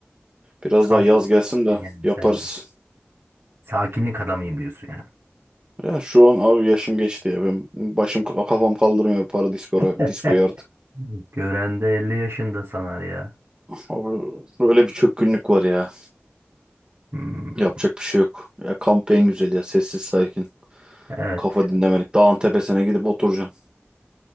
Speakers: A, on the right (about 25°); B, on the right (about 75°).
A: Biraz
B: kamp
A: daha yaz
B: oda
A: gelsin de
B: yani
A: yaparız.
B: sen de. Sakinlik adamıyım diyorsun ya.
A: Ya şu an abi yaşım geçti ya. Ben başım kafam kaldırmıyor para diskora,
B: <laughs>
A: diskoya artık.
B: Gören de 50 yaşında sanar ya.
A: Abi böyle bir çökkünlük var ya.
B: Hmm,
A: Yapacak bir şey yok. Ya kamp en güzel ya. Sessiz sakin.
B: evet.
A: Kafa dinlemelik. Dağın tepesine gidip oturacaksın.